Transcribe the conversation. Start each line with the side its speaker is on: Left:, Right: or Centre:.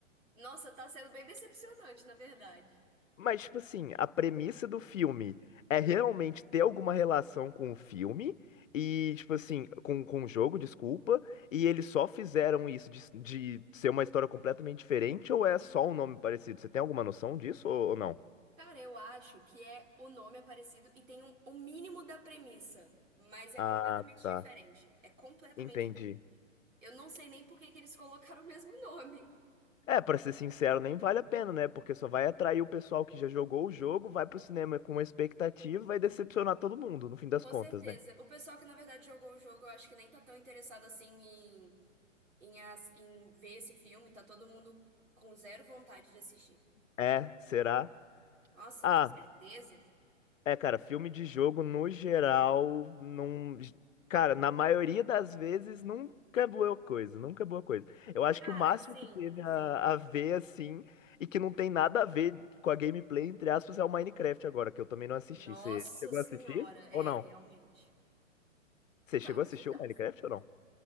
Right: nossa, tá sendo bem decepcionante, na verdade.
Left: Mas, tipo assim, a premissa do filme é realmente ter alguma relação com o filme e, tipo assim, com, com o jogo, desculpa, e eles só fizeram isso de, de ser uma história completamente diferente ou é só um nome parecido? Você tem alguma noção disso ou, ou não?
Right: Cara, eu acho que é o nome é parecido e tem um, um mínimo da premissa, mas é
Left: Ah,
Right: completamente
Left: tá.
Right: diferente. É completamente
Left: Entendi.
Right: diferente. Eu não sei nem por que que eles colocaram o mesmo nome.
Left: É, pra ser sincero, nem vale a pena, né? Porque só vai atrair o pessoal que já jogou o jogo, vai pro cinema com uma expectativa e vai decepcionar todo mundo, no fim das
Right: Com
Left: contas,
Right: certeza.
Left: né?
Right: O pessoal que na verdade jogou o jogo, eu acho que nem tá tão interessado assim em, as- em ver esse filme, tá todo mundo com zero vontade de assistir.
Left: É, será?
Right: Nossa,
Left: Ah,
Right: com certeza.
Left: É, cara, filme de jogo no geral, não. Cara, na maioria das vezes nunca é boa coisa, nunca é boa coisa. Eu acho
Right: Cara,
Left: que o máximo
Right: sim,
Left: que teve
Right: sim.
Left: a, a ver, assim, e que não tem nada a ver com a gameplay, entre aspas, é o Minecraft agora, que eu também não assisti.
Right: Nossa
Left: Você chegou
Right: Senhora,
Left: a assistir
Right: é,
Left: ou não?
Right: realmente.
Left: Você
Right: Tá
Left: chegou
Right: um
Left: a assistir
Right: desastre.
Left: o Minecraft ou não?